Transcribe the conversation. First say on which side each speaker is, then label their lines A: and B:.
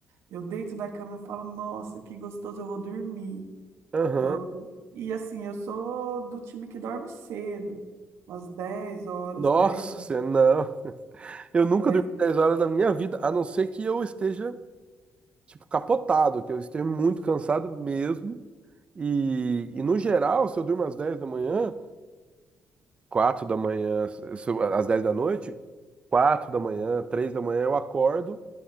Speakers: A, on the right (about 85°); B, on the right (about 25°).
A: eu, eu deito na cama, eu falo, nossa, que gostoso, eu vou dormir.
B: Aham.
A: Então, eu- e assim, eu sou do time que dorme cedo, umas 10 horas,
B: Nossa,
A: dez
B: não. <laughs> Eu nunca
A: dez
B: dormi 10 horas da minha vida, a não ser que eu esteja tipo, capotado, que eu esteja muito cansado mesmo. E, e no geral, se eu durmo às 10 da manhã, 4 da manhã, se eu- às 10 da noite, 4 da manhã, 3 da manhã eu acordo